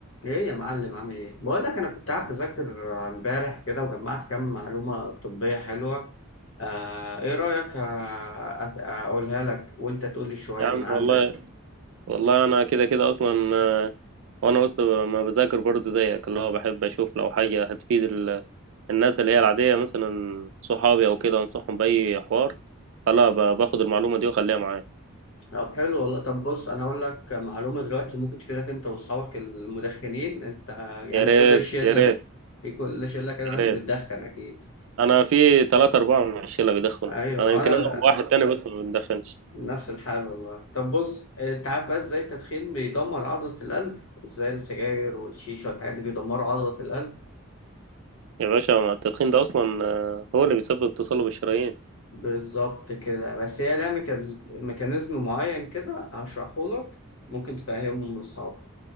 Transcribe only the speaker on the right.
يا عم
والله والله انا كده كده اصلا آه، وانا وسط ب- ما بذاكر برضه زيك اللي هو بحب اشوف لو حاجه هتفيد ال- الناس اللي هي العاديه مثلا صحابي او كده انصحهم باي حوار فلا ب- باخد المعلومه دي واخليها معايا
يا ريت
يا ريت
يا
ريت
انا في ثلاثة أربعة من الشلة بيدخنوا
انا يمكن
انا وواحد تاني بس ما بندخنش
يا باشا ما التدخين ده اصلا آه، هو اللي بيسبب تصلب الشرايين